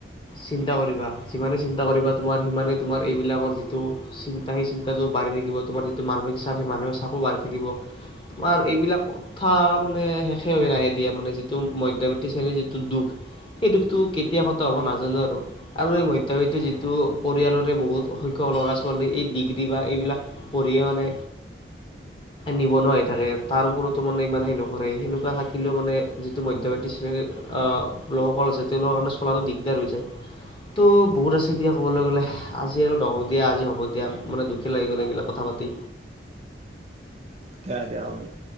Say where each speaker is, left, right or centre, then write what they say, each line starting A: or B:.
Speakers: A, on the left; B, on the right.
A: চিন্তা কৰিবা যিমানে চিন্তা কৰিবা তোমাৰ সিমানে তোমাৰ এইবিলাকৰ যিটো চিন্তা সেই চিন্তাটো বাঢ়ি থাকিব তোমাৰ যিটো মানসিক চাপ সেই মানসিক চাপো বাঢ়ি থাকিব তোমাৰ এইবিলাক কথা মানে শেষে হৈ নাহে এ দিয়া মানে যিটো মধ্যয়বিত্তি শ্ৰেণীৰ যিটো দুখ সেই দুখটো কেতিয়া খতম হ'ব নাজানো আৰু এই মধ্যবিত্ত যিটো পৰিয়ালৰে বহুত সংখ্যক ল'ৰা ছোৱালী এই ডিগ্ৰী বা এইবিলাক পঢ়িয়ে মানে নিবনুৱা হৈ থাকে তাৰ ওপৰতো মানে ইমান সেই নকৰে সেনেকোৱা থাকিলেও মানে যিটো মধ্যবিত্ত শ্ৰেণীৰ লোকসকল আছে তেওঁলোকৰ কাৰণে চলাটো দিগদাৰ হৈ যায় ত' বহুত আছে দিয়া ক'বলৈ গ'লে আজি আৰু নকও দিয়া আজি হ'ব দিয়া মানে দুখেই লাগি গ'ল এইবিলাক কথা পাতি
B: দিয়া দিয়া হব দিয়া